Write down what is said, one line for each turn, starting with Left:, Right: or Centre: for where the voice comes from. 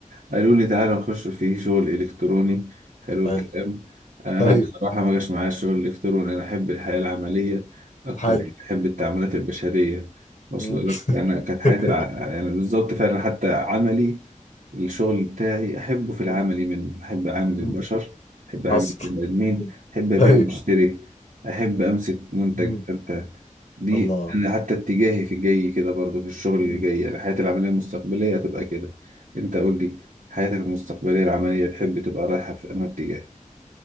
Right: قالوا لي تعالى نخش في شغل إلكتروني حلو الكلام
Left: حلو
Right: أنا
Left: ايوه
Right: بصراحة ما جاش معايا الشغل الإلكتروني أنا أحب الحياة العملية أكتر
Left: حلو
Right: يعني أحب التعاملات
Left: مم.
Right: البشرية وصل
Left: مم.
Right: لك أنا كانت حياتي
Left: <laughs>
Right: الع... يعني بالظبط فعلا حتى عملي الشغل بتاعي أحبه في العملي
Left: مم.
Right: من أحب أعامل
Left: مم.
Right: البشر أحب أعامل
Left: حصل
Right: البني آدمين أحب أبيع
Left: ايوه
Right: وأشتري أحب أمسك منتج
Left: مم.
Right: فأنت دي
Left: الله
Right: أنا حتى اتجاهي في جاي كده برضه في الشغل
Left: مم.
Right: اللي جاي يعني حياتي العملية المستقبلية هتبقى كده أنت قول لي حياتك المستقبلية العملية تحب تبقى رايحة في أنهي اتجاه